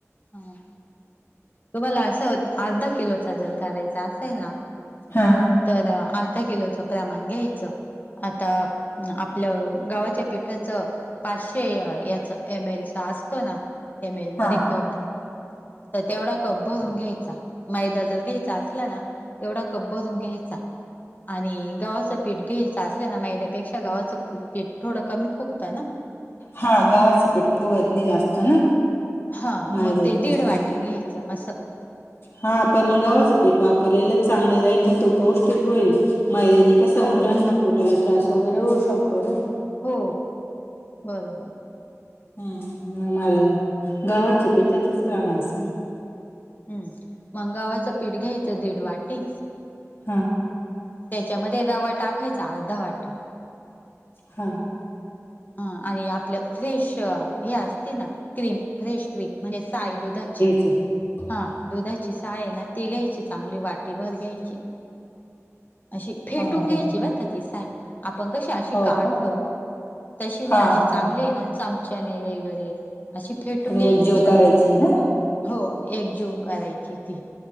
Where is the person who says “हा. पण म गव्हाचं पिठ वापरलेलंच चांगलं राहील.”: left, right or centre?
Left